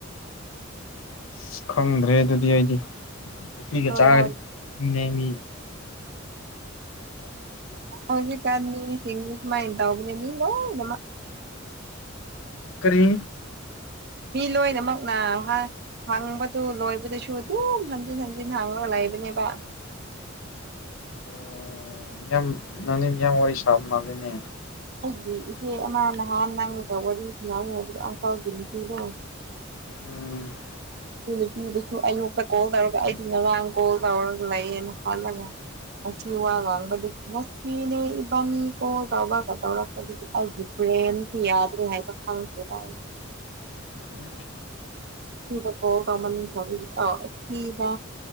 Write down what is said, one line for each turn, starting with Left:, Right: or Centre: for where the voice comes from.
Left: ꯑꯁ ꯈꯪꯗ꯭ꯔꯦ ꯑꯗꯨꯗꯤ ꯑꯩꯗꯤ ꯀꯐꯤꯒ
Right: ꯍꯣꯏ
Left: ꯆꯥꯒꯗꯤ
Right: ꯍꯣꯏ
Left: ꯅꯦꯝꯃꯤ
Right: ꯍꯧꯖꯤ ꯀꯅꯤ ꯏꯁ ꯃꯥ ꯏꯟ ꯇꯕ ꯃꯤ ꯂꯧ
Left: ꯀꯔꯤ
Right: ꯃꯤ ꯂꯣꯏꯅꯃꯛꯅ ꯍꯪꯕꯗꯨ ꯂꯣꯏꯕꯗꯨꯁꯨ ꯑꯗꯨꯝ ꯍꯟꯖꯤꯟ ꯍꯟꯖꯤꯟ ꯍꯥꯡꯉꯒ ꯂꯥꯏ ꯅꯦꯕ
Left: ꯑꯣ ꯃꯤꯌꯥꯝ ꯅꯪꯗꯤ ꯃꯤꯌꯥꯝ ꯋꯥꯔꯤ ꯁꯥꯕ ꯃꯥꯜꯂꯤꯅꯦ
Right: ꯑꯩꯒꯤ ꯏꯆꯦ ꯑꯃ ꯅꯍꯥꯟ ꯅꯪꯒ ꯋꯥꯔꯤ ꯁꯅꯏ ꯑꯗꯨꯒ ꯑꯪꯀꯜꯒꯤ ꯅꯨꯄꯤꯗꯣ
Left: ꯎꯝ
Right: ꯑꯗꯨ ꯅꯨꯄꯤꯗꯨꯁꯨ ꯑꯌꯣꯛꯛꯇ ꯀꯣꯜ ꯇꯧꯔꯒ ꯑꯩꯁꯨ ꯉꯔꯥꯡ ꯀꯣꯜ ꯇꯧꯔꯒ ꯂꯩꯌꯦꯅ ꯈꯜꯂꯒ ꯍꯁꯤ ꯋꯥꯒ ꯍꯪꯕꯁꯤꯅꯦꯕꯅꯤ ꯀꯣ ꯇꯕ ꯇꯧꯔꯄꯕ꯭ꯔ ꯇ꯭ꯔꯦꯦꯟꯁꯤ ꯌꯥꯗ ꯍꯥꯏ ꯇ ꯈꯦ ꯇ
Left: ꯎꯝ
Right: ꯗ ꯀꯣ ꯀꯃꯅꯤ ꯑꯗ